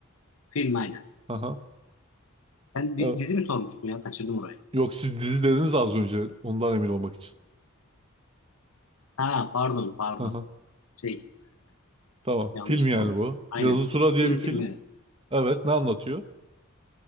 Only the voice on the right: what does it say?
Aha.
Evet.
Yok siz dizi dediniz az önce. Ondan emin olmak için.
Aha.
Tamam.
Film yani
bu.
Yazı Tura diye
bir film.
Evet ne anlatıyor?